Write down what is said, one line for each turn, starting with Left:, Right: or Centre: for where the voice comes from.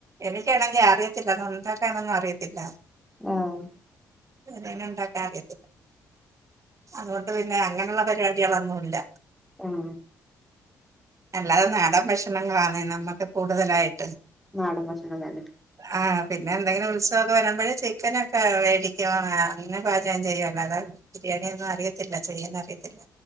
Right: എനിക്കാണെങ്കിൽ അറിയത്തില്ല അത് ഉണ്ടാക്കാനൊന്നും അറിയത്തില്ല
Centre: ആഹ്
Right: ബിരിയാണിണ്ടാക്കാൻ അറിയത്തില്ല അതോണ്ട് പിന്നെ അങ്ങനെയുള്ള പരിപാടിയാളൊന്നും ഇല്ല
Centre: ഉം
Right: അല്ലാതെ നാടൻ ഭക്ഷണങ്ങളാണ് നമ്മക്ക് കൂടുതലായിട്ട്
Centre: നാടൻ ഭക്ഷണം തന്നെ
Right: ആഹ് പിന്നെ എന്തെങ്കിലും ഉത്സവം വരുമ്പോഴേ ചിക്കനൊക്കെ വേടിക്കും ആഹ് പാചകം ചെയ്യും അല്ലാതെ ബിരിയാണിയൊന്നും അറിയത്തില്ല ചെയ്യാൻ അറിയത്തില്ല